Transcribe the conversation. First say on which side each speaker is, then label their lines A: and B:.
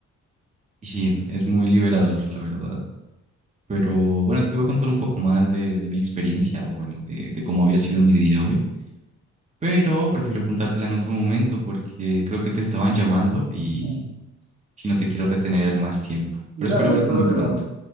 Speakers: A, on the right; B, on the right.
A: y sí, es muy liberador, la verdad. Pero bueno, te iba a contar un poco más de, de mi experiencia o bueno, de, de cómo había sido mi día hoy, pero prefiero contártela en otro momento porque creo que te estaban llamando y
B: Ujú.
A: si no te quiero retener más tiempo,
B: Dale,
A: pero espero
B: no
A: verte
B: hay problema.
A: muy pronto.